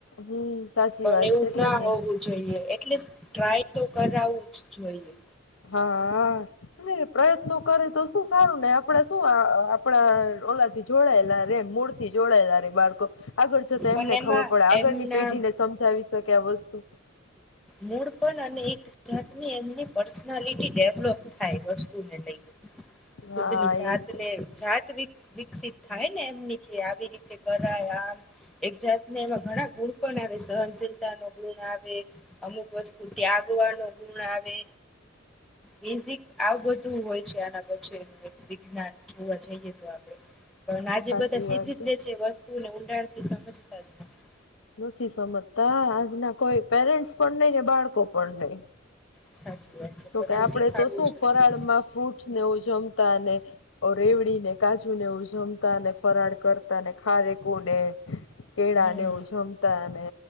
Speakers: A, on the left; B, in the centre.
A: હમ્મ સાચી
B: પણ
A: વાત
B: એવું
A: છે એટલે
B: ના
A: ને જ.
B: હોવું જોઈએ એટલિસ ટ્રાય તો કરાવું જ જોઈએ.
A: હા ને એ પ્રયત્નો કરે તો શું સારું ને આપડે શું આ અ આપણા ઓલાથી જોડાયેલા રે મૂળથી જોડાયેલા રે બાળકો. આગળ જતા
B: પણ
A: એમને
B: એમાં
A: ખબર પડે આગળની
B: એમના
A: પેઢીને સમજાવી શકે આ વસ્તુ.
B: મૂળ પણ અને એક જાતની એમની પર્સનાલિટી ડેવલોપ થાય વસ્તુને લઈને.
A: <inaudible>
B: ખુદની જાતને
A: એ છે
B: જાત વિક વિકસિત થાય ને એમની આવી રીતે કરાય આમ એક જાતને એમાં ઘણા ગુણ પણ આવે સહનશીલતા નો ગુણ આવે અમુક વસ્તુ ત્યાગવાનો ગુણ આવે. બેઝિક આ બધું હોય છે આના પછીનું વક્તિ જ્ઞાન જોવા જઈએ તો આપડે પણ આજે
A: સાચી
B: બધા સીધી
A: વાત
B: જ લે છે વસ્તુ કુલે ઊંડાણથી સમજતા જ નથી.
A: નથી સમજતા આજના કોઈ પેરેન્ટ્સ પણ નઈ ને બાળકો પણ નઈ.
B: સાચી વાત છે.
A: જોકે
B: પણ એવું
A: આપડે
B: શીખાડવું
A: તો શું
B: જોઈએ
A: ફરાળમાં ફ્રૂટ સ્નેવ જમતા અને અ રેવડી ને કાજુ ને એવું જમતા ને. ફરાળ કરતા ને ખારેકુને કેળા
B: હમ
A: ને એવુ જમ જમતા અને